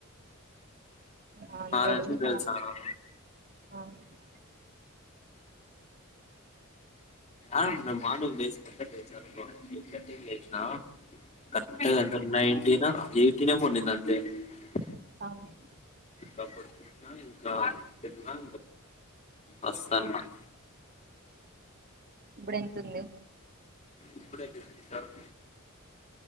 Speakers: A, on the right; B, on the left.
A: హండ్రెడ్
B: నది అన్ని
A: ఉంది
B: తెల్సా నో
A: ఛార్జింగ్
B: ఆ నామాట ఇనేసీ కొత్తది తెచ్చినవ్ అనుకో. లేచిన కరెక్ట్గా ఎంత నైటీన్ <unintelligible>
A: అవును.
B: కప్పుడు పూట్నాలే. ఆ మస్తు అనుమాన
A: ఇప్పుడు ఎంతుంది.
B: ఇప్పుడే. ఫిఫ్టీ సెవెన్